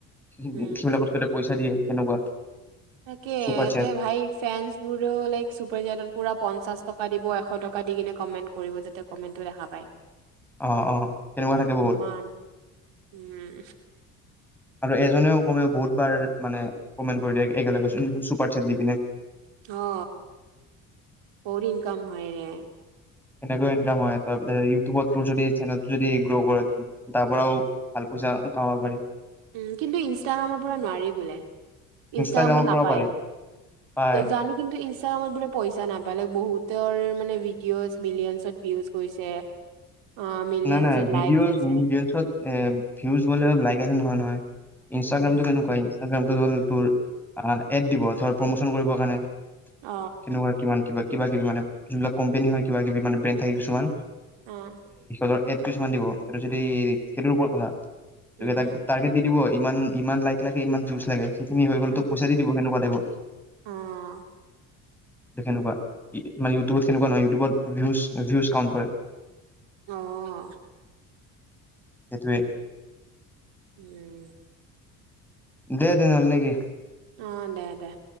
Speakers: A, in the centre; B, on the right.
A: সেইবিলাকতক'
B: উম,
A: পইচা দিয়ে সেনেকুৱা।
B: তাকে
A: চুপাৰ চেট
B: এ ভাই ফেনছ বোৰো লাইক চুপাৰ জেটত পুৰা পঞ্চাশ, টকা দিব এশ টকা দি কিনে কমেণ্ট কৰিব যাতে কমেণ্টটো দেখা পায়।
A: অঁ অঁ তেনেকুৱা থাকে বহুত।
B: ইমান উম,
A: আৰু এজনেও কমেও বহুত বাৰ মানে কমেণ্ট কৰি দিয়ে একেলগে চুপাৰ চেট দি পিনে।
B: অ বহুত ইনকাম হয়ৰে,
A: সেনেকেও ইনকাম হয় তাৰপিছত ইউটিউবত তোৰ যদি। যদি গ্ৰ' কৰে। তাৰ পৰাও ভাল পইচা কামাব পাৰি।
B: উম কিন্তু ইনষ্টাগ্ৰামৰ পৰা নোৱাৰি বোলে
A: ইনষ্টাগ্ৰামৰ
B: ইনষ্টাগ্ৰামত নাপায়
A: পৰা পাৰি পায়
B: জানো, কিন্তু ইনষ্টাগ্ৰামত বোলে পইচা নাপাই বেলেগ বহুত। মানে ভিডিঅ'জ মিলিয়নছত ভিউজ গৈছে। অ', মিলিয়নছত
A: না না ভিডিঅ'ছ
B: লাইক আহিছে
A: ৰীলছত। এ ভিউজ গ'লে অলপ লাইক আহিলে নহয় নহয়, ইনষ্টটাগ্ৰামটো
B: উম,
A: কেনেকুৱা ইনষ্টটাগ্ৰাম, এড দিব ধৰ প্ৰমোচন কৰিব কাৰণে। কেনেকুৱা
B: অ',
A: কিমান কিবা। কিবা কিবি মানে যোনবিলাক কম্পেনী হয় কিবা কিবি মানে ব্ৰেণ্ড থাকে কিছুমান।
B: অঁ।
A: ধৰ এড কিছুমান দিব। সেইটো যদি সেইটোৰ ওপৰত কথা, সেইটো
B: উম,
A: এটা টাৰ্গেট দি দিবই, ইমান ইমান লাইক লাগে ইমান যুঁজ লাগে। কি হৈ গল
B: অ',
A: টো পইচা দি দিব হেনেকোৱা। ব <unintelligible>
B: অ',
A: এনেকুৱা মানে ইউটিউবত তেনেকুৱা নহয় ইউটিউবত ভি ভিউজ কাউণ্ট কৰে।
B: অঁ
A: <unintelligible>
B: উম।
A: দে দে হ'ল নেকি।
B: অঁ দে দে।